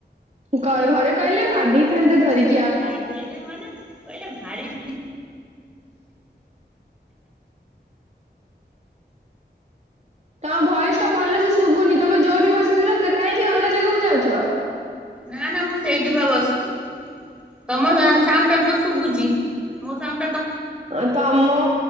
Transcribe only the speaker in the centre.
ପାଦେଇବ ମାନେ ପଲେ ଭାରି <unintelligible>
ନା ନା ମୁଁ ସେଇଠି ପା ବସିଛି ତମ ସାଣ୍ଡ ଟା ତ ଶୁଭୁଛି ମୋ ସାଉଣ୍ଟ <unintelligible>